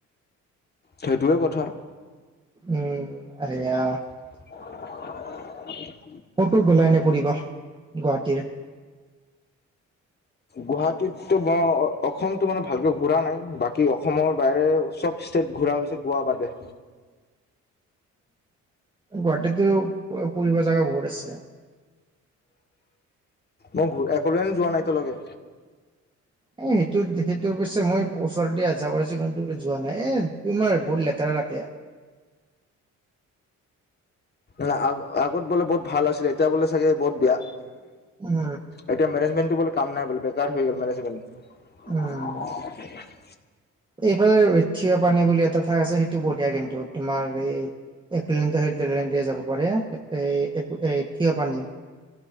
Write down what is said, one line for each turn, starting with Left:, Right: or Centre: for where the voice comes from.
Left: সেইটোৱে কথা।
Right: উম এইয়া।
Left: <unintelligible>
Right: ক'ত'ত গলাই নে ফুৰিব গুৱাহাটীৰ
Left: গুৱাহাটীততো ম অসমতো মানে ভালকে ঘুৰা নাই বাকী অসমৰ বাহৰে চব ষ্টেট ঘূৰাি হৈছে গোৱা বাদে
Right: গুৱাহাটীো ফুৰিব জাগা বহুত আছে
Left: মই ঘ একলেে যোৱা নাই তেওঁলৈগে
Right: এ সেইটোত সেইটোৰ পিছে মই ওচৰ দি আহ যাহা কৰিছো কিন্তুম যোৱা নাই এ তোমাৰ বহুত লেতেৰা লাকে
Left: নাই আ আগত বোলে বহুত ভাল আছিলে এতিয়া বোলে চাগে বহুত বেয়া
Right: উম
Left: এতিয়ােজেণ্টটো বো কামাই বে হৈ গ' মেনেজমেট <unintelligible>
Right: উম এইফালে থিয় পানী বুলি এটা ঠাই আছে সেইটো বঢ়িয়া কিন্তু তোমাৰ এই এক কিলোমিটাৰ হ ডৰ দিয়ে যাব পাৰে এ থিয় পানী